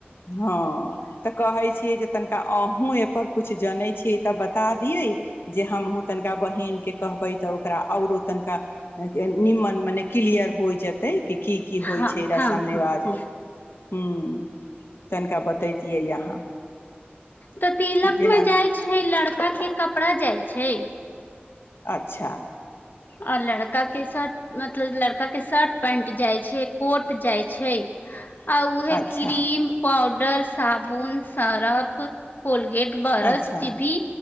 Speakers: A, on the left (about 75°); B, on the left (about 55°).
A: हँ तऽ कहैत छियै जे तनिका अहूँ एहिपर किछु जनैत छियै तऽ बता दियै जे हमहूँ तनिका बहिीनके कहबै तऽ ओकरा आऔरो तनिका निमन मने क्लियर होय जेतै कि की की होइ
B: हँ
A: छै रसम
B: हँ
A: रिवाज
B: हँ हँ
A: हँ तनिका बतैतियै अहाँ
B: तऽ तिलक
A: जेना
B: मे जाइ छै लड़का के कप कपड़ा जाइ छै
A: अच्छा
B: आओर लड़का के शर्ट मतलब लड़का के शर्ट पैंट जाइ छै कोट जाइ छै आउ उहे
A: अच्छा
B: क्रीम पौ डर साबुन सरफ कोलगेट बरस
A: अच्छा
B: जीभी